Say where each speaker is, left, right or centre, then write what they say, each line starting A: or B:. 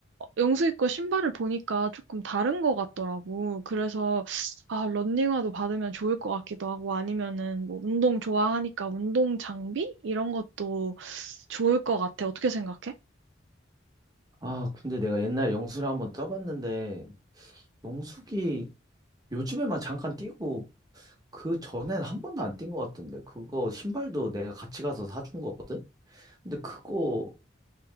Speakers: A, on the right; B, on the right.
A: 영숙이 거 신발을 보니까 조금 다른 것 같더라고. 그래서 아, 런닝화도 받으면 좋을 것 같기도 하고 아니면은 뭐 운동 좋아하니까 운동 장비 이런 것도 좋을 것 같아. 어떻게 생각해?
B: 아, 근데 내가 옛날 영수를 한번 떠봤는데 영숙이 요즘에만 잠깐 뛰고 그 전엔 한 번도 안 뛴 것 같던데 그거 신발도 내가 같이 가서 사준 거거든? 근데 그거